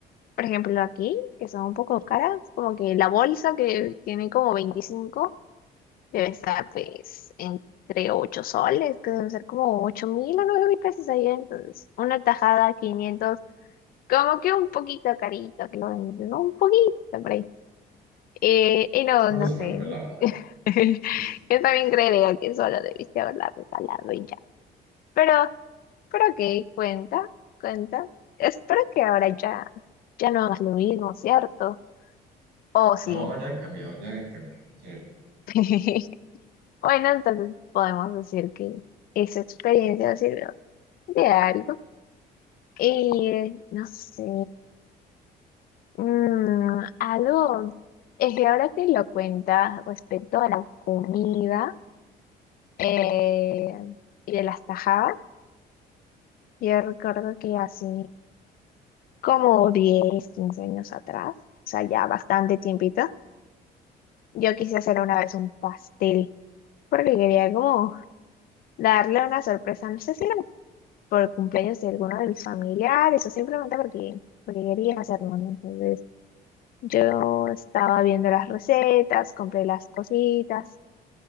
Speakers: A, on the left (about 60°); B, on the right (about 85°).
A: por ejemplo, aquí, que son un poco caras, como que la bolsa que tiene como veinticinco Debe estar pues entre 8 soles, que deben ser como ocho mil o nueve mil pesos allá. Entonces, una tajada quinientos como que un poquito carito, que lo venden, ¿no? Un poquito por ahí. Eh, y no,
B: Solo
A: no
B: se
A: sé.
B: me fue la mano.
A: <laughs>
B: <laughs>
A: Yo también creería que solo debiste haberla regalado y ya. Pero, pero ok, cuenta, cuenta. Espero que ahora ya, ya no hagas lo mismo, ¿cierto? Oh, sí.
B: No, ya he cambiado, ya he cambiado. Sí.
A: <laughs> Bueno, entonces podemos decir que esa experiencia sirvió de algo. Eh, no sé, mm, algo, es que ahora que lo cuentas respecto a la comida eh, y de las tajadas, yo recuerdo que hace como diez quince años atrás, o sea, ya bastante tiempito, yo quise hacer una vez un pastel, porque quería como darle una sorpresa, no sé si era por cumpleaños de alguno de mis familiares o simplemente porque, porque quería hacerlo, ¿no? Entonces... Yo estaba viendo las recetas, compré las cositas